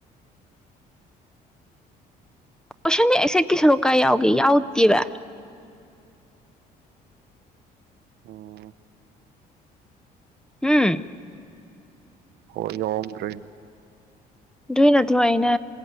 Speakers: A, in the centre; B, on the right.
A: ꯀꯁꯟ ꯑꯦꯁꯦ ꯀꯤ ꯀꯁꯔꯨ ꯀꯥꯏ ꯌꯥꯎꯒꯦ ꯌꯥꯎꯇꯦꯕ
B: ꯑꯣ
A: ꯎꯝ
B: ꯍꯣꯏ ꯌꯎꯝꯗ꯭ꯔꯦ
A: ꯑꯗꯨꯏ ꯅꯠꯇ꯭ꯔꯣ ꯑꯩꯅ